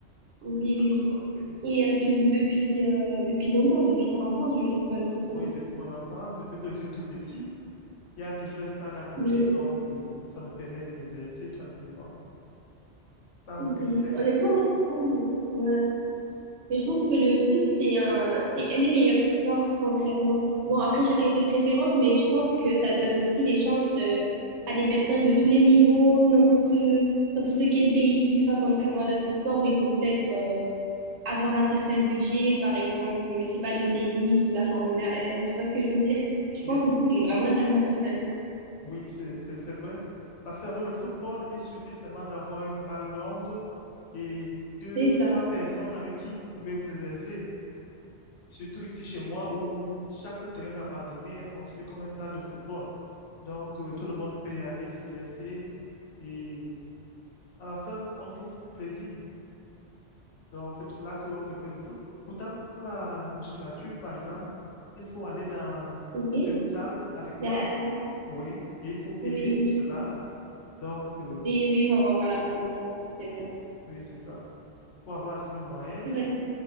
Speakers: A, on the right; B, on the left.
A: Oui, oui,
B: Le football, oui.
A: oui. Et euh, tu le joues depuis euh, depuis longtemps, depuis ton enfance, je suppose aussi,
B: Oui,
A: non?
B: depuis mon enfance, depuis que je suis tout petit, il y a toujours les stades à côté,
A: Oui,
B: donc euh, ça me permet de m'exercer tranquillement, sans
A: oui.
B: aucune crainte.
A: Honnêtement, moi, je trouve, ouais. Mais je trouve que le foot, c'est un, c'est un des meilleurs sports, contrairement. Bon, après, chacun ses préférences, mais je pense que ça donne aussi des chances euh, à des personnes de tous les niveaux, n'importe, n'importe quel pays, tu vois, contrairement à d'autres sports où il faut peut-être euh, avoir un certain budget, par exemple, je sais pas, le tennis ou la Formule 1, tu vois ce que je veux dire? Je
B: Oui,
A: pense
B: c-
A: que le foot, il est vraiment international.
B: oui, c'est, c'est, c'est vrai. Parce qu'avec le football, il suffit seulement d'avoir une balle ronde et deux
A: C'est
B: ou
A: ça.
B: trois personnes avec qui vous pouvez vous exercer. Surtout ici chez moi, où chaque terrain abandonné est construit comme un stade de football. Donc, euh, tout le monde peut y aller s'exercer et à la fin, on trouve plaisir. Donc, c'est pour cela qu'on peut faire du foot. Pourtant, pour la musculature, par exemple, il faut aller dans
A: Oui.
B: une salle adéquate,
A: De la-
B: oui, et il faut payer
A: Oui.
B: pour cela. Donc, euh,
A: Oui, oui, il faut avoir un abonnement, c'est vrai.
B: oui, oui, c'est ça. Pour avoir assez de moyens,
A: C'est vrai ça.